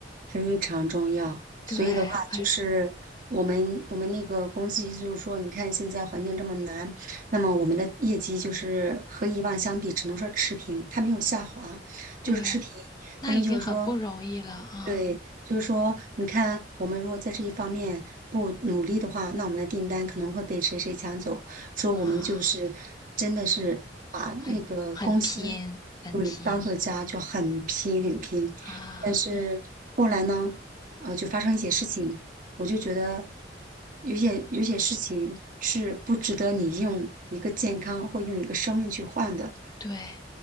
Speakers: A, on the right (about 50°); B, on the left (about 20°).
A: 非常重要。所以的话，
B: 对，很
A: 就是我们我们那个公司意思就是说，你看现在环境这么难，那么我们的业绩就是和以往相比，只能说持平，它没有下滑，
B: 对，
A: 就是持平。
B: 那已经很不容易了啊
A: 他们就是说，对，就是说，你看，我们如果在这一方面不努力的话，那我们的订单可能会被谁谁抢走。说我们就是真的是把那个公司
B: 啊，很很拼，很拼
A: 对当做家，就很拼很拼。
B: 啊。
A: 但是后来呢，呃，就发生一些事情，我就觉得有些有些事情是不值得你用一个健康或用一个生命去换的。
B: 对，